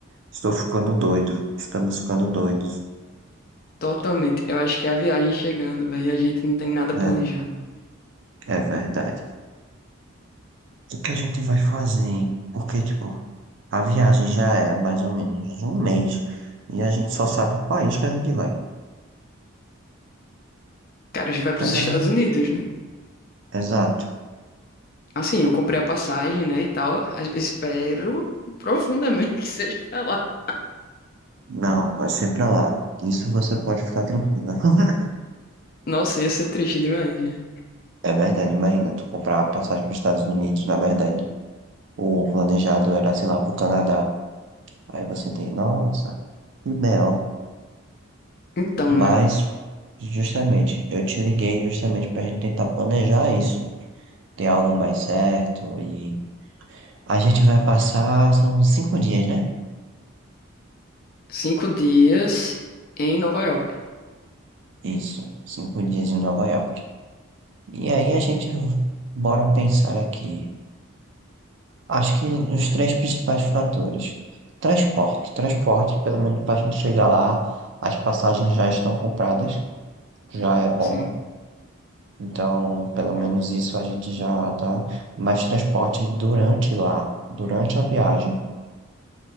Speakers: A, on the right; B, on the left.
A: Estou ficando doido. Estamos ficando doidos.
B: Totalmente. Eu acho que é a viagem chegando, velho, a gente não tem
A: É
B: nada
A: Verdade.
B: planejado.
A: É verdade. O que a gente vai fazer, hein? Porque, tipo, a viagem já é mais ou menos um mês e a gente só sabe o país que a gente vai. O
B: Cara, a gente vai pros
A: que é que
B: Estados
A: a gente...
B: Unidos, né?
A: Exato.
B: Assim, eu comprei a passagem, né, e tal. A- Espero profundamente <laughs> que seja pra lá.
A: Não, vai ser pra lá. Isso você pode ficar tranquila. <laughs>
B: Nossa, ia ser triste demais, né?
A: É verdade, imagina, tu comprar a passagem para os Estados Unidos, na verdade. O planejado era, sei lá, pro Canadá. Aí você tem, nossa, que B.O.
B: Então,
A: Mas,
B: né?
A: justamente, eu te liguei justamente pra gente tentar planejar isso. Ter algo mais certo e... A gente vai passar, são cinco dias, né?
B: Cinco dias em Nova York.
A: Isso, cinco dias em Nova York. E aí a gente, bora pensar aqui. Acho que os três principais fatores. Transporte. Transporte, pelo menos para a gente chegar lá, as passagens já estão compradas. Já é bom,
B: Sim.
A: Então, pelo menos isso a gente já tá. mais transporte durante lá, durante a viagem,